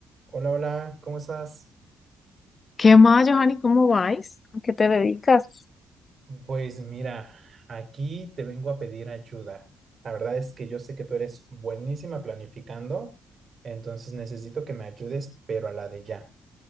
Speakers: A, on the right; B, on the left.
A: Hola, hola, ¿cómo estás?
B: ¿Qué más, Johanny? ¿Cómo vais? ¿A qué te dedicas?
A: Pues mira, aquí te vengo a pedir ayuda. La verdad es que yo sé que tú eres buenísima planificando, entonces necesito que me ayudes, pero a la de ya.